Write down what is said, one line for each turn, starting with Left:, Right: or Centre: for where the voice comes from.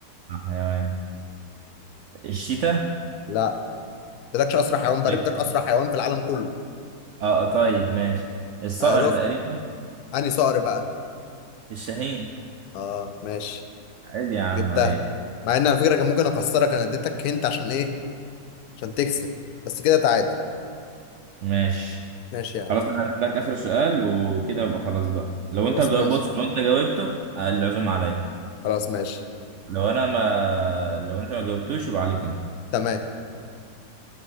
Right: أسرع حيوان الشيتا
Left: لا ما قلتلكش اسرع حيوان بري
Right: طيب.
Left: قلتلك اسرع حيوان في العالم كله
Right: اه طيب ماشي الصقر
Left: عرفت
Right: تقريبا
Left: انهي صقر بقى
Right: الشاهين
Left: اه ماشي
Right: عادي يا عم
Left: جبتها
Right: عادي
Left: مع ان على فكره كان ممكن اكسرك انا اديتك هنت عشان ايه عشان تكسب بس كده تعادل
Right: ماشي
Left: ماشي يا عم
Right: خلاص انا هجيب لك اخر سؤال وكده يبقى خلاص بقى لو
Left: خلاص
Right: انت جاوب
Left: ماشي
Right: بص لو انت جاوبته آه، العزوم عليا
Left: خلاص ماشي
Right: لو انا ما لو انت ما جاوبتوش يبقى عليك انت
Left: تمام